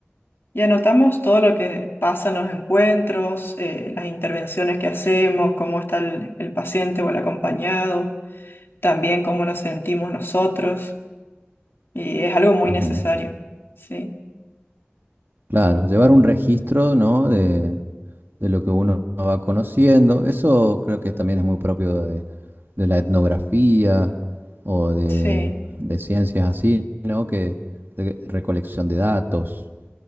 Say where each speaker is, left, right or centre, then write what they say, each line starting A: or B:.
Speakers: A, on the left (about 65°); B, on the right (about 55°).
A: Y anotamos todo lo que pasa en los encuentros, eh, las intervenciones que hacemos, cómo está el, el paciente o el acompañado, también cómo nos sentimos nosotros. Y es algo muy
B: Ujú,
A: necesario. Sí,
B: Claro, llevar un registro, ¿no? De, de lo que uno va conociendo. Eso creo que también es muy propio de, de la etnografía o de,
A: sí,
B: de ciencias así, ¿no? Que de recolección de datos.